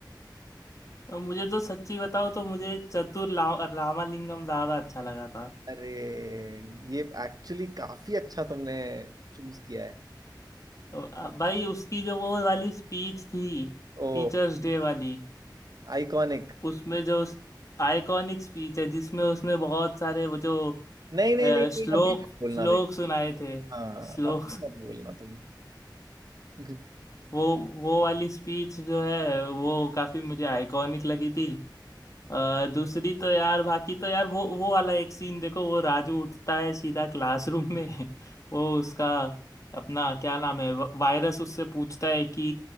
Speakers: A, on the left; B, on the right.
A: मुझे तो सच्ची बताओ तो मुझे चतुर ला, रामालिंगम ज्यादा अच्छा लगा था
B: अरे ये एक्चुअली काफी अच्छा तुमने चूज किया है
A: तो, अ, भाई उसकी जो वो वाली स्पीच थी
B: ओ
A: टीचर्स डे वाली
B: आइकॉनिक
A: उसमें जो आइकॉनिक स्पीच है जिसमें उसने बहुत सारे वो जो
B: नहीं नहीं
A: अ,
B: नहीं
A: श्लोक
B: नहीं अभी मत बोलना
A: श्लोक
B: देख
A: सुनाए थे
B: हाँ
A: श्लोक
B: अभी मत बोलना तुम <laughs>
A: वो वो वाली स्पीच जो है वो काफी मुझे आइकॉनिक लगी थी अ, दूसरी तो यार बाकी तो यार वो वो वाला एक सीन देखो वो राजू उठता है सीधा क्लासरूम में <laughs> वो उसका अपना क्या नाम है व- वायरस उससे पूछता है कि